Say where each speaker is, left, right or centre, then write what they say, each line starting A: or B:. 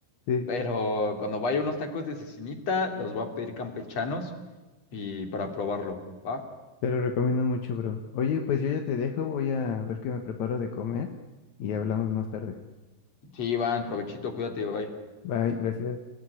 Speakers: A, on the left (about 60°); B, on the left (about 45°).
A: sí,
B: Pero cuando vaya unos tacos de cecinita, los voy a pedir campechanos y para probarlo, ¿va?
A: te lo recomiendo mucho, bro. Oye, pues yo ya te dejo, voy a ver qué me preparo de comer y hablamos más tarde.
B: Sí, Iván, provechito, cuídate, bye.
A: Bye, gracias.